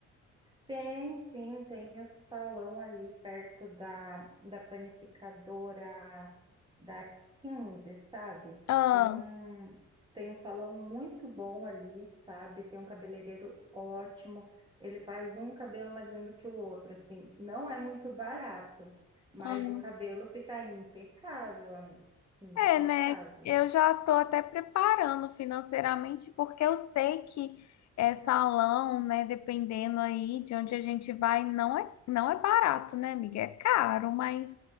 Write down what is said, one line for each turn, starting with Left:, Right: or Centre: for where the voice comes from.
Right: Tem, tem, tem o salão ali perto da, da panificadora da Quinze sabe?
Left: Ah,
Right: Tem um, tem um salão muito bom ali, sabe? Tem um cabeleireiro ótimo. Ele faz um cabelo mais lindo que o outro, assim. Não é muito barato, mas
Left: ah.
Right: o cabelo fica impecável, amiga. Impecável.
Left: É, né? Eu já estou até preparando financeiramente, porque eu sei que é, salão, né, dependendo aí de onde a gente vai, não é, não é barato, né, amiga? É caro, mas